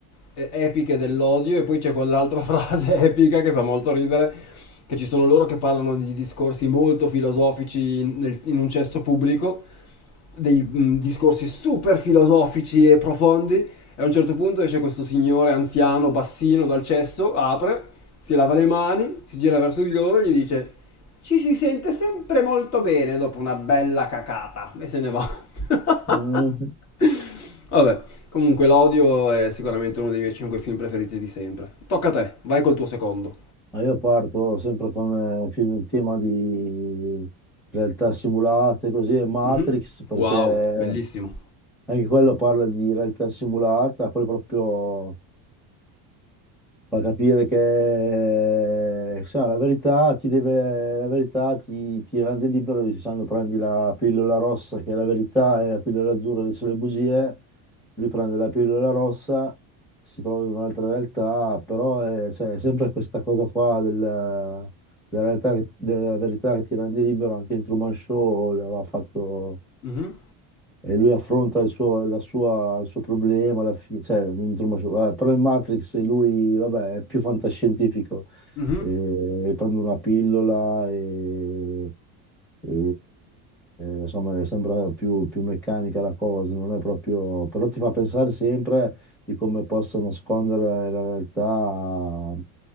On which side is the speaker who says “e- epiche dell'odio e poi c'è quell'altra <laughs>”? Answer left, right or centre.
Left